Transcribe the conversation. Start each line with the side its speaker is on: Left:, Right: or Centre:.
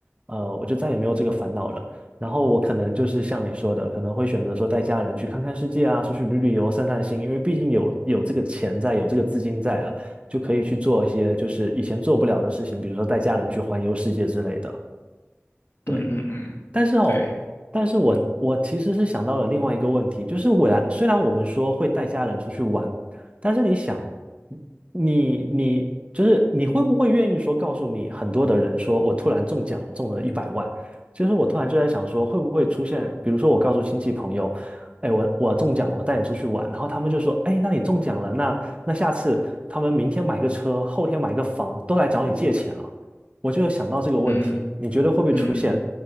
Right: 呃，我就再也没有这个烦恼了。然后我可能就是像你说的，可能会选择说带家人去看看世界啊，出去旅旅游、散散心，因为毕竟有有这个钱在，有这个资金在了，就可以去做一些就是以前做不了的事情，比如说带家人去环游世界之类的。对。
Left: 嗯嗯嗯，
Right: 但是哦，
Left: 对，
Right: 但是我我其实是想到了另外一个问题，就是我来，虽然我们说会带家人出去玩，但是你想，你你就是你会不会愿意说告诉你很多的人说，我突然中奖了，中了一百万，就是我突然就在想说，会不会出现，比如说我告诉亲戚朋友，哎，我我中奖了，我带你出去玩，然后他们就说，哎，那你中奖了，那那下次他们明天买个车，后天买个房，都来找你借钱了，我就有想到这个问题，
Left: 嗯
Right: 你觉得会不会出现？
Left: 嗯嗯